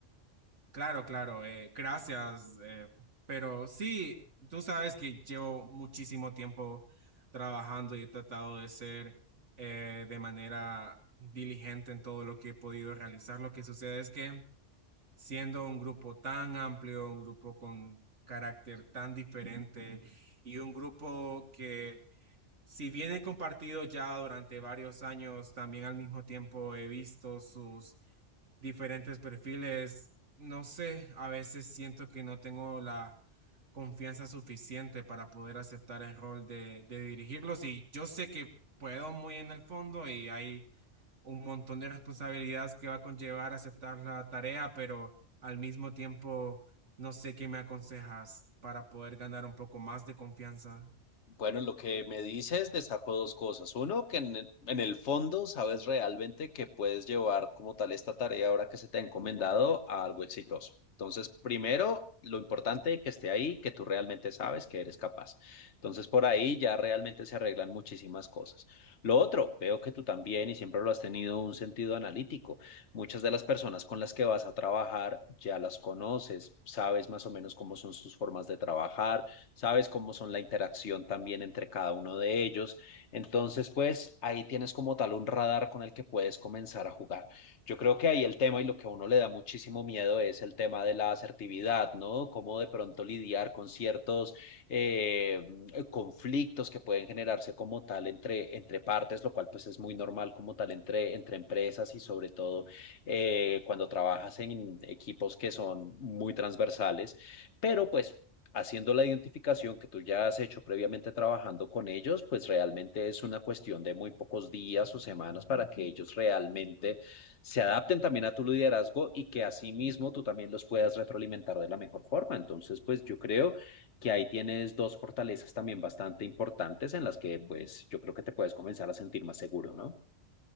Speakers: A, on the right; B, on the left.
A: Claro, claro, eh, gracias, eh, pero sí, tú sabes que llevo muchísimo tiempo trabajando y he tratado de ser eh, de manera diligente en todo lo que he podido realizar. Lo que sucede es que siendo un grupo tan amplio, un grupo con carácter tan diferente y un grupo que si bien he compartido ya durante varios años, también al mismo tiempo he visto sus diferentes perfiles, no sé, a veces siento que no tengo la confianza suficiente para poder aceptar el rol de, de dirigirlos y yo sé que puedo muy en el fondo y hay un montón de responsabilidades que va a conllevar aceptar la tarea, pero al mismo tiempo no sé qué me aconsejas para poder ganar un poco más de confianza.
B: Bueno, lo que me dices destaco dos cosas. Uno, que en el, en el fondo sabes realmente que puedes llevar como tal esta tarea ahora que se te ha encomendado a algo exitoso. Entonces, primero, lo importante que esté ahí, que tú realmente sabes que eres capaz. Entonces, por ahí ya realmente se arreglan muchísimas cosas. Lo otro, veo que tú también, y siempre lo has tenido, un sentido analítico. Muchas de las personas con las que vas a trabajar ya las conoces, sabes más o menos cómo son sus formas de trabajar sabes cómo son la interacción también entre cada uno de ellos. Entonces, pues ahí tienes como tal un radar con el que puedes comenzar a jugar. Yo creo que ahí el tema y lo que a uno le da muchísimo miedo es el tema de la asertividad, ¿no? Cómo de pronto lidiar con ciertos eh, conflictos que pueden generarse como tal entre, entre partes, lo cual pues es muy normal como tal entre, entre empresas y sobre todo eh, cuando trabajas en equipos que son muy transversales, pero pues haciendo la identificación que tú ya has hecho previamente trabajando con ellos, pues realmente es una cuestión de muy pocos días o semanas para que ellos realmente se adapten también a tu liderazgo y que asimismo tú también los puedas retroalimentar de la mejor forma. Entonces, pues yo creo que ahí tienes dos fortalezas también bastante importantes en las que pues yo creo que te puedes comenzar a sentir más seguro, ¿no?